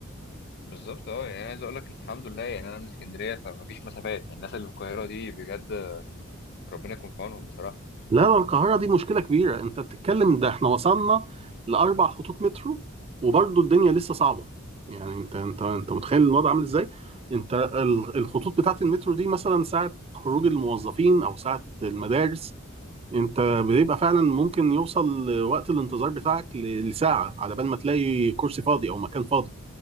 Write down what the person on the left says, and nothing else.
بالظبط اه يعني عايز اقول لك الحمد لله يعني انا من اسكندريه فمفيش مسافات يعني الناس اللي في القاهره دي بجد ربنا يكون في عونهم بصراحه